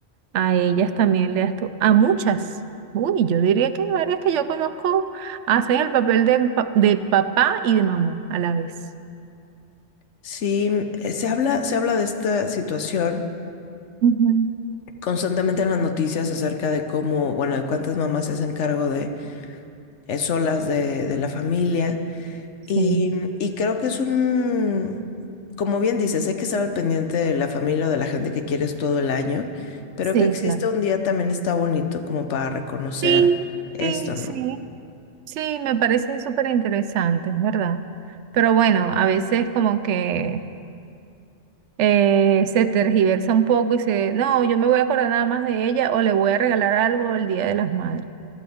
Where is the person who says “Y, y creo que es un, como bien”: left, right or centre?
Left